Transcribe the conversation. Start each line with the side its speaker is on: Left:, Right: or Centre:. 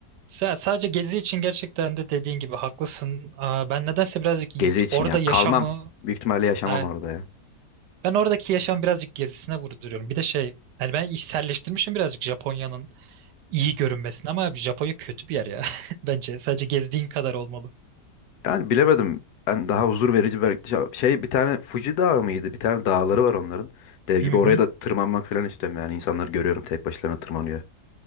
Right: sa- sadece gezi için gerçekten de dediğin gibi haklısın. E, ben nedense birazcık y-
Left: Gezi için
Right: orada
Left: ya.
Right: yaşamı
Left: Kalmam. Büyük ihtimalle yaşamam
Right: e,
Left: orada ya.
Right: ben oradaki yaşamı birazcık gezisine vurduruyorum. Bir de şey yani ben içselleştirmişim birazcık Japonya'nın iyi görünmesin ama abi Japonya kötü bir yer ya. <laughs> Bence sadece gezdiğin kadar olmalı.
Left: Yani bilemedim. Ben daha huzur verici belki şey şey, bir tane Fuji Dağı mıydı? Bir tane dağları var onların. Dev gibi
Right: Hı hı.
Left: oraya da tırmanmak falan istiyorum yani. İnsanları görüyorum tek başlarına tırmanıyor.